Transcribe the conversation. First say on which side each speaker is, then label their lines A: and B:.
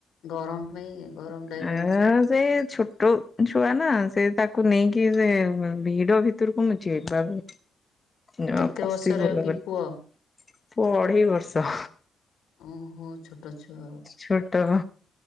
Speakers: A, on the left; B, on the left.
A: ଗରମ ପାଇଁ ଗରମଟା
B: <unintelligible>
A: ବି ହେଉଛି।
B: ସେ ଛୋଟ ଛୁଆ ନା, ସେ ତାକୁ ନେଇକି ସେ ଭିଡ ଭିତରକୁ ମୁଁ ଯିବାକୁ <unintelligible>
A: କେତେ ବର୍ଷର
B: ତାକୁ ଅଢେଇ
A: କି ପୁଅ
B: ବର୍ଷ।
A: ଓହୋ ଛୋଟ ଛୁଆ ଆଉ।
B: ଛୋଟ